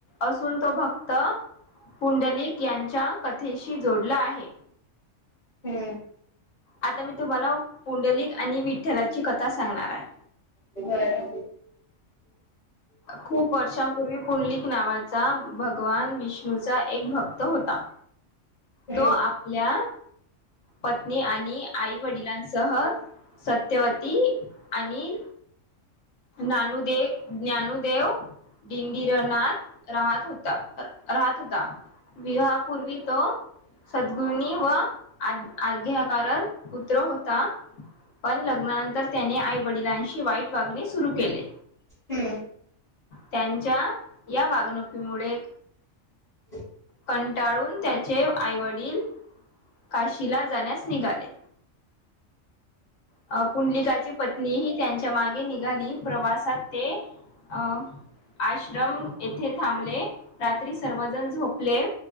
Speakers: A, on the left; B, on the left.
A: असून तो भक्त पुंडलिक यांच्या कथेशी जोडला आहे.
B: हम्म
A: आता मी तुम्हाला पुंडलिक आणि विठ्ठलाची कथा सांगणार आहे.
B: बर <inaudible>
A: खूप वर्षांपूर्वी पुंडलिक नावाचा भगवान विष्णूचा एक भक्त होता.
B: हम्म
A: तो आपल्या पत्नी आणि आई वडिलांसह सत्यवती आणि नानु देेव ज्ञानुदेव दिडंडीरनाथ राहत होता राहत होता. विवापूर्वी तो सद्गुनी व अर्ध्या कारक पुत्र होता. -' पण लग्नानंतर त्याने आई वडिलांशी वाईट वागणे सुरू केले
B: हम्म
A: त्यांच्या या वागणुकीमुळे
B: ह.
A: कंटाळून त्याचे आईवडील काशीला जाण्यास निघाले. अ पुंडलिकाची पत्नी ह त्यांच्या मागे निघाली प्रवासात ते अं आश्रम येथे थांबले रात्री सर्वजण झोपले.